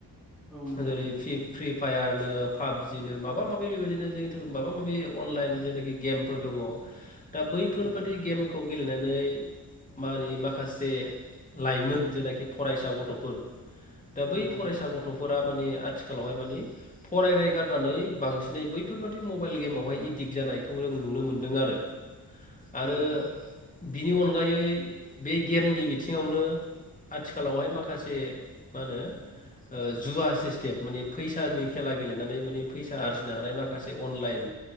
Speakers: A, in the centre; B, on the left.
A: औ नंगौ
B: जेरै
A: नंगौ
B: फ्रि
A: नोंथां
B: फ्रि फायार। ओ पाबजिनो माबा माबि बेबायदिनो जों माबा माबि अनलाइन। जेनोखि गेमफोर दङ। दा बैफोरबादि
A: औ नोंथां
B: गेमखौ गेलेनानै। दिनै मारै माखासे लाइमोन जेनाखि फरायसा गथ'फोर। दा बै
A: औ
B: फरायसा
A: औ
B: गथ'फोरा माने। आथिखालावहाय मानि फरायनाय गारनानै बांसिनै बैफोरबादि मबाइल गेमावहाय। दिग जानायखौ जों नुनो मोन्दों आरो। आरो।
A: औ
B: बिनि अनगायै बे गेमनि बिथिङावनो आथिखालावहाय माखासे मा होनो ओ जुवा सिस्टेम माने, फैसानि खेला गेलेनानै माने फैसा आरजिनो हानाय माखासे अनलाइन।